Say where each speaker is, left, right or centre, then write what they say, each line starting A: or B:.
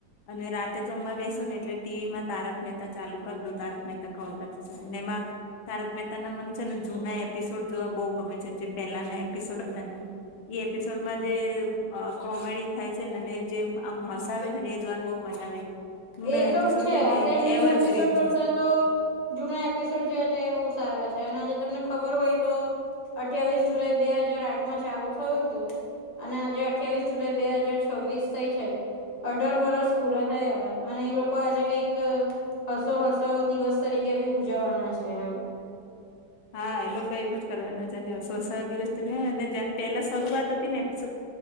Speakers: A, on the left (about 85°); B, on the left (about 20°).
A: અને રાતે જમવા બેસુ ને એટલે ટીવી માં તારક મહેતા ચાલુ કરી દો તારક મહેતા કા ઉલ્ટા ચશ્મા નેમા તારક મહેતા ના મન છે ને જૂના એપિસોડ જોવા બહુ ગમે છે જે પહેલાના એપિસોડ હતા ને એ એપિસોડમાં જે કોમેડી થાય છે ને જે આમ હસાવે છે ને એ જોવાની બહુ મજા આવે જૂના
B: એ તો
A: એપિસોડ
B: છે
A: ને
B: અત્યારે ન્યૂ
A: એવરગ્રીન
B: એપિસોડ કરતા
A: છે.
B: તો જૂના એપિસોડ જે હતા એ બહુ સારા છે અને આજે તમને ખબર હોય તો અઠ્ઠાવીસ જુલાઈ બે હાજાર આઠ માં ચાલુ થયું હતું અને આજે અઠ્યાવીસ જુલાઈ બે હાજાર છવ્વીસ થઈ છે અઢાર વરષ પૂરા થયા અને એ લોકો આજે કઈક હસો હસાઓ દિવસ તરીકે ભી ઉજવવાના છે એમ
A: હા એ લોકો એવું જ કરવાના આજે સોસા દિવસ રિયા ને તો ત્યારે પેલા શરૂઆત હતી ને એપિસોડ